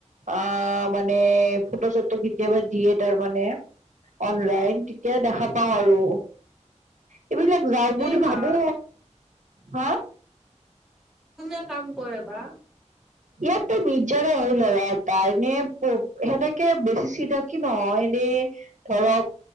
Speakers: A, on the right (about 80°); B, in the centre.
A: অ মানে ফটো চটো কেতিয়াবা দিয়ে তাৰ মানে অনলাইন তেতিয়া দেখা পাওঁ আৰু এইব
B: কোনে
A: যাওঁ বুলি ভাবো
B: বা
A: হা
B: কোনে কাম কৰে বা
A: ইয়াততো মিৰ্জাৰে হয় ল'ৰা এটা এনে সেনেকে বেছি চিনাকি নহয় ধৰক